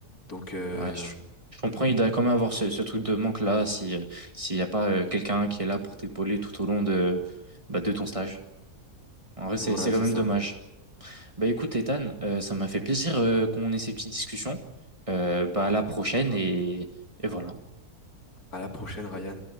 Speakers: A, on the left; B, on the right.
A: Donc euh,
B: ouais, je, je comprends, il doit quand même avoir ce, ce truc de manque-là si, euh, s'il n'y a pas euh, quelqu'un qui est là pour t'épauler tout au long de, bah, de ton stage. En vrai, c'est,
A: voilà,
B: c'est
A: c'est
B: quand même
A: ça.
B: dommage. Bah écoute, Ethan, euh, ça m'a fait plaisir euh, qu'on ait ces petites discussions. Euh, bah à la prochaine et, et voilà.
A: À la prochaine, Ryan.